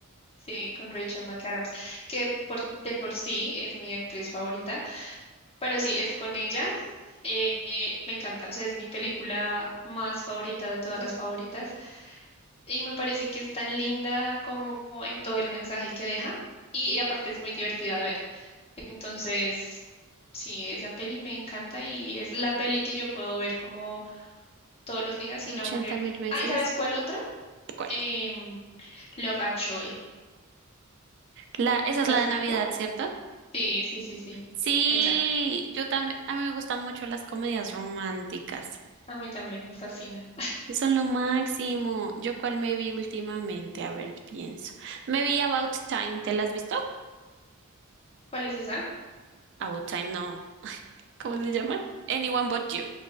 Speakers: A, on the left; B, on the right.
A: Sí, con Rachel McAdams, que por, de por sí es mi actriz favorita, pero sí, es con ella. eh, eh, me encanta, o sea, es mi película más favorita de todas las favoritas. Y me parece que es tan linda como en todo el mensaje que deja. Y, y aparte es muy divertida de ver. Entonces, sí, esa peli me encanta y es la peli que yo puedo ver como todos los días sin
B: ochenta
A: aburrirme.
B: mil veces.
A: Ah, ¿y sabes cuál otra?
B: ¿Cuál?
A: Em, Love Actually.
B: La, esa
A: ¿La
B: es la
A: has
B: de
A: visto?
B: Navidad, ¿cierto?
A: Sí, sí, sí, sí.
B: Sí,
A: Me encanta.
B: yo también, a mí me gustan mucho las comedias románticas.
A: A mí también me fascinan.
B: Son lo máximo. ¿Yo cuál me vi últimamente? A ver, pienso. Me vi About Time, ¿te la has visto?
A: ¿Cuál es esa?
B: About Time no. ¿Cómo se llama? Anyone But You.